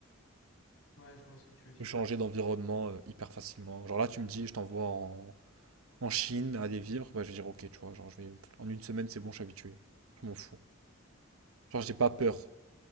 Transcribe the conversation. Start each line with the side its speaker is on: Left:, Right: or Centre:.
Left: Ouais, je vois ce que tu veux dire.
Right: Je peux changer d'environnement euh, hyper facilement. Genre là, tu me dis, je t'envoie en, en Chine à aller vivre, bah, je vais dire ok, tu vois, genre je vais. En une semaine, c'est bon, je suis habitué. Je m'en fous. Genre, j'ai pas peur.